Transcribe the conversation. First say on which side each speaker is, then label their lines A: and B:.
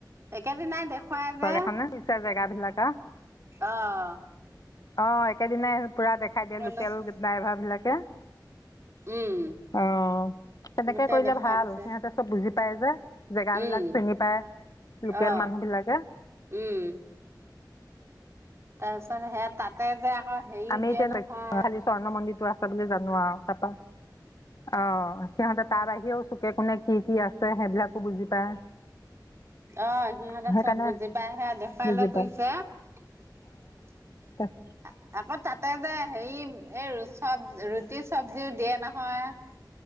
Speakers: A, on the right (about 35°); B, on the left (about 55°).
A: একেদিনাই দেখো । খোৱা
B: চৰকাৰখনে
A: যে,
B: পিছে জেগাবিলাক আ
A: অ' ।
B: অ, একেদিনাই পুৰা দেখাই দিয়ে, লোকেল
A: লৈছো
B: ড্ৰাইভাৰ বিলাকে।
A: উম
B: অহ । তেনেকে
A: গোটেই
B: কৰিলে
A: দেখাই
B: ভাল,
A: দিছে
B: সিহঁতে চব বুজি পায় যে, জেগাবিলাক
A: উম
B: চিনি পায়। লোকেল
A: অ
B: মানুহ বিলাকে।
A: উম। তাৰপিছত সেয়া তাতে, যে । অ, হেৰিও
B: আমি
A: দিয়ে
B: এতিয়া
A: নহয়।
B: খালি স্বৰ্ণ মন্দিৰটো আছে বুলি জানো আৰু তাৰপৰা অ, সিহঁতে তাৰ আহিও চু কোনে কি কি আ সেইবিলাকো বুজি পায়।
A: অ, সিহঁতে
B: সেইকাৰণে
A: চব বুজি পাইহে দেখুৱাই
B: বুজি
A: লৈ ফুৰিছে
B: পায়
A: ।
B: তাক ।
A: আকৌ তাতে যে হেৰি, এই চব ৰুটি চবজিও দিয়ে নহয় ।